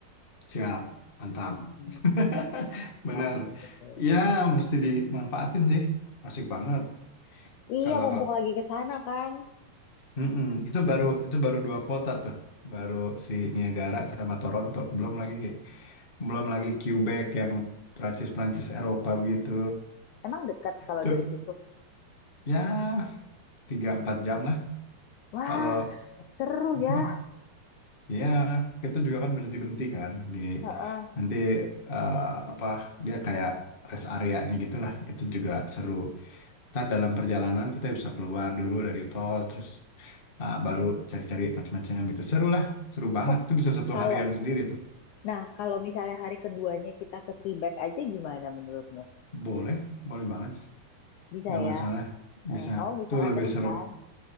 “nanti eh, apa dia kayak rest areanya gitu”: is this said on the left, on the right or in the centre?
Left